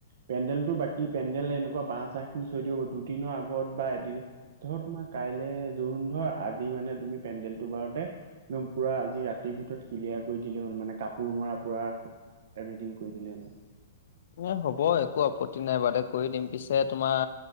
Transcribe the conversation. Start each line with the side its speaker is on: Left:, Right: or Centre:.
Right: পেণ্ডেলটো বাকী পেণ্ডেল এনেকুৱা, বাঁহ চাহ খিনি থৈ দিব। দুদিনৰ আগত বা এদিন ধৰ তোমাৰ কাইলৈ জোৰোণ ধৰ, আজি মানে তুমি পেণ্ডেলটো বাৰোতে একদম পুৰা যি ৰাতিৰ ভিতৰত ক্লিয়াৰ কৰি দিলে হ'ল মানে, কাপোৰ মৰা পুৰা এভ্ৰিটিং কৰি দিলে হ'ল।
Left: এ হ'ব, একো আপত্তি নাই বাদে। কৰি দিম, পিছে তোমাৰ,